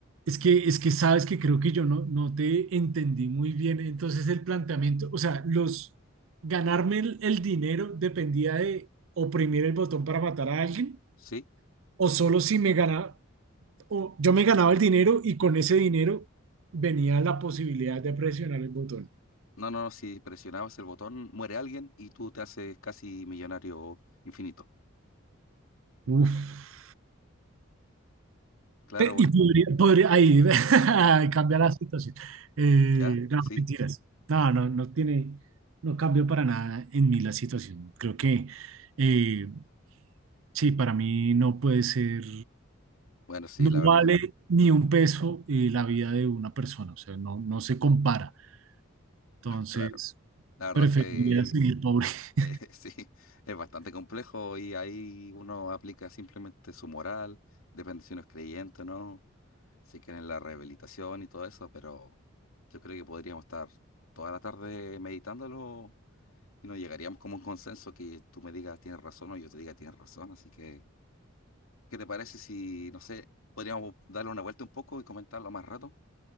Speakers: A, on the right; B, on the left.
A: es que, es que sabes que creo que yo no, no te entendí muy bien. Entonces el planteamiento, o sea, los ganarme el, el dinero dependía de oprimir el botón para matar a alguien,
B: Sí,
A: o solo si me ganaba, o yo me ganaba el dinero y con ese dinero venía la posibilidad de presionar el botón.
B: no, no, no, si presionabas el botón, muere alguien y tú te haces casi millonario infinito.
A: Uf.
B: Claro,
A: Pe-
B: porque
A: Y podría, podría- ahí, <laughs> cambia la situación. Eh,
B: ya,
A: no,
B: sí.
A: mentiras. No, no, no tiene, no cambió para nada en mí la situación. Creo que eh, sí, para mí no puede ser,
B: Bueno, sí,
A: no
B: la verdad,
A: vale ni un peso eh, la vida de una persona, o sea, no, no se compara. Entonces,
B: <laughs> claro. La verdad
A: preferiría
B: es que
A: seguir pobre. <laughs>
B: <laughs> Sí, es bastante complejo y ahí uno aplica simplemente su moral, depende si uno es creyente o no, si quieren la rehabilitación y todo eso, pero yo creo que podríamos estar toda la tarde meditándolo y nos llegaríamos como a un consenso que tú me digas tienes razón o yo te diga tienes razón, así que, ¿qué te parece si, no sé, podríamos darle una vuelta un poco y comentarlo más rato?